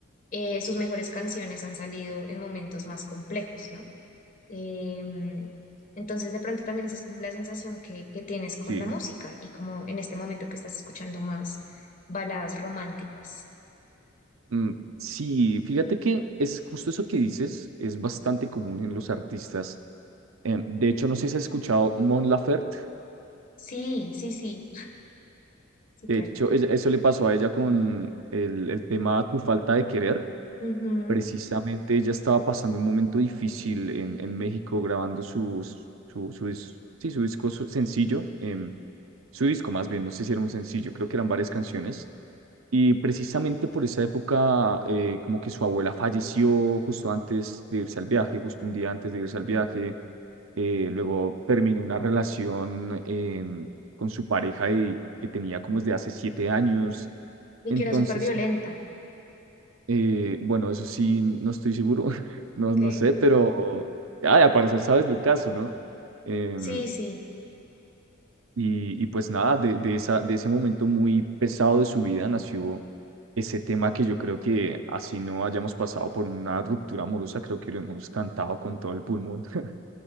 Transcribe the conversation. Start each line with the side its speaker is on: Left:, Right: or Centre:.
Left: eh, sus mejores canciones han salido en momentos más complejos, ¿no? Em, entonces, de pronto también esa es como la sensación que, que tienes con
Right: Sí.
Left: la música y como en este momento que estás escuchando más baladas románticas.
Right: Mm, Sí, fíjate que es justo eso que dices, es bastante común en los artistas. Em, de hecho, no sé si has escuchado Mon Laferte.
Left: Sí, sí, sí, sí,
Right: De
Left: claro.
Right: hecho, ella- eso le pasó a ella con el, el tema Tu falta de querer.
Left: Ujú.
Right: Precisamente ella estaba pasando un momento difícil en, en México grabando su, su, su, dis- sí, su disco su sencillo, em, su disco más bien, no sé si era un sencillo, creo que eran varias canciones. Y precisamente por esa época, eh, como que su abuela falleció justo antes de irse al viaje, justo un día antes de irse al viaje. Eh, luego terminó una relación em, con su pareja y- que tenía como desde hace siete años.
Left: Y
Right: Entonces,
Left: que era súper violenta.
Right: eh, bueno, eso sí, no estoy seguro, <laughs> no,
Left: Ok.
Right: no sé, pero ay, al parecer sabes del caso, ¿no? Em,
Left: Sí, sí,
Right: Y, y pues nada, de, de esa, de ese momento muy pesado de su vida nació ese tema que yo creo que así no hayamos pasado por una ruptura amorosa, creo que lo hemos cantado con todo el pulmón. <laughs>